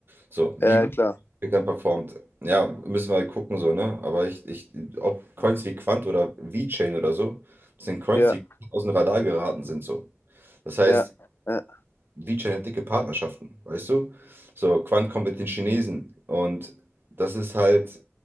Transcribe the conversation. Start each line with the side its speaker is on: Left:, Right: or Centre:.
Right: So, wie
Left: ja,
Right: gut
Left: klar.
Right: er dann performt. Ja, müssen wir halt gucken, so, ne? Aber ich, ich, ob Coins wie Quant oder VeChain oder so, das sind Coins,
Left: Ja,
Right: die aus dem Radar geraten sind, so. Das heißt,
Left: ja, ja,
Right: VeChain hat dicke Partnerschaften, weißt du? So, Quant kommt mit den Chinesen und das ist halt,